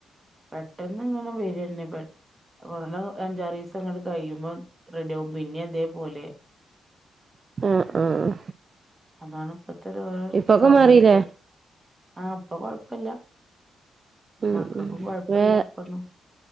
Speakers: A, on the right (about 25°); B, on the right (about 45°).
A: പെട്ടെന്ന് ഇങ്ങെ വരന്നെ കൊറണ അഞ്ചാറ് ദിവസ അങ്ങട്ട് കഴിയുമ്പോം റെഡി ആവും പിന്നെ അതേപോലെ
B: ആഹ് ആഹ്
A: അതാണ് ഇപ്പത്തെ ഓരോ
B: ഇപ്പൊക്കെ
A: സമയത്ത്
B: മാറില്ലേ
A: ആഹ് ഇപ്പൊ കൊഴപ്പല്ല.
B: ഉം
A: മക്കക്കും
B: ഉം
A: കൊഴപ്പല്ല
B: വേ
A: ഇപ്പൊന്നും